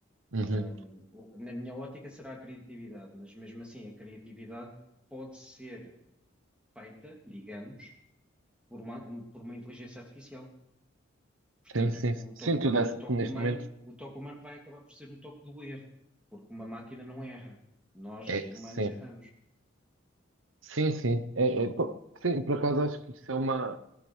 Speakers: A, on the right; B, in the centre.
A: Uhum.
B: Ahm, o- na minha ótica será a criatividade, mas mesmo assim a criatividade pode ser feita, digamos, por uma, um, por uma inteligência artificial. Portanto,
A: Sim, sim,
B: o
A: sim. Sim,
B: toque,
A: tu desse,
B: o toque
A: neste
B: humano,
A: momento
B: o toque humano vai acabar por ser o toque do erro, porque uma máquina não erra. Nós,
A: é
B: humanos,
A: sim.
B: erramos.
A: Sim, sim. É, é, pô, sim, por acaso acho que isso é uma,